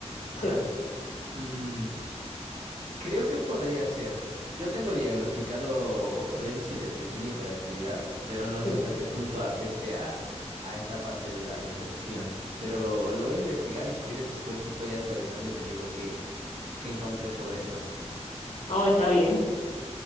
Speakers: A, on the right; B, on the left.
A: Ah,
B: Sí,
A: mm, creo que podría ser. Yo tengo diagnosticado déficit de atención e hiperactividad, pero no sé
B: sí.
A: hasta qué punto afecte a, a esta parte de la percepción. Pero lo voy a investigar y si quieres después te estoy actualizando y te digo qué, qué encontré sobre eso.
B: Oh, está bien.